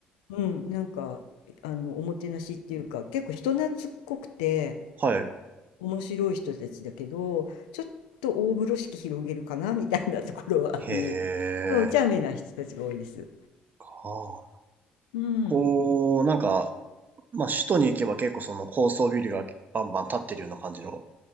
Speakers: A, on the left (about 85°); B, on the right (about 40°).
A: うん、なんか、あの、おもてなしっていうか、結構人懐っこくて、
B: はい。
A: 面白い人たちだけど、ちょっと大風呂敷広げるかな、みたいなところはあり、
B: へえ、
A: お茶目な人たちが多いです。
B: はあ。
A: うん。
B: こう、なんか、まあ、首都に行けば結構その高層ビルがバンバン立ってるような感じの。